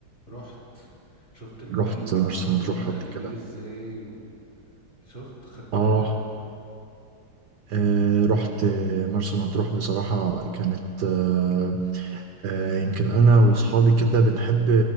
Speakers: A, on the left; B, on the right.
A: رحت شفت المية
B: رحت مرسى مطروح
A: لونها
B: قبل
A: جميل
B: كده
A: ازاي وشفت خدت
B: اه
A: بالك
B: آه، رحت آه، مرسى مطروح بصراحة كانت آه، آه، يمكن أنا وأصحابي كده بنحب